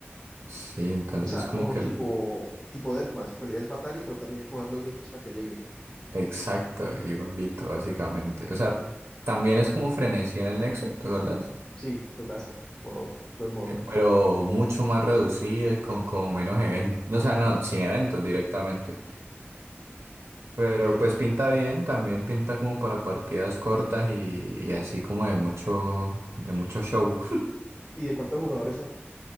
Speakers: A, on the right (about 75°); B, on the left (about 25°).
A: Sí, entonces
B: O sea,
A: como
B: como
A: que
B: tipo,
A: el
B: tipo Deathmatch, porque la idea es matar y pero también empujar los minions para que lleguen.
A: exacto, igualito, básicamente. O sea,
B: Y-
A: también es como frenesí en el Nexo, ¿te acuerdas?
B: Sí, juegazo. Modo, buen modo.
A: Eh, Pero mucho más reducido y con como menos eventos. O sea, no, sin eventos directamente. Pero
B: Ey.
A: pues pinta bien, también pinta como para partidas cortas y, y así como de mucho, de mucho show.
B: ¿Y de cuántos jugadores son?